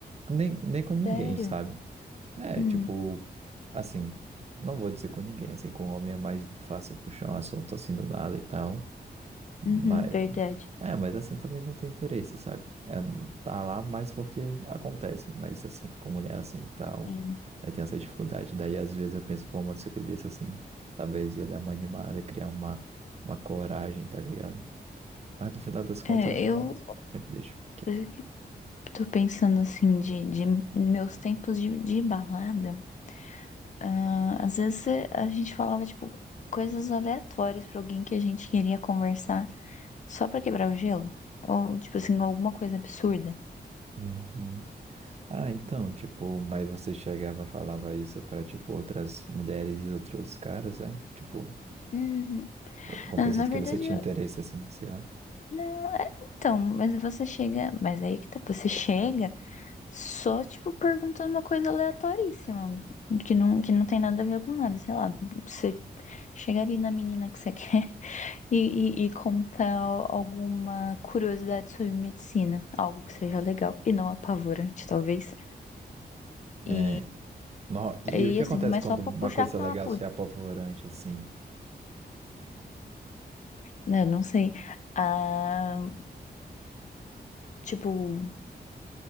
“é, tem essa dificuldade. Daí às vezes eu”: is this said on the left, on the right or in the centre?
Right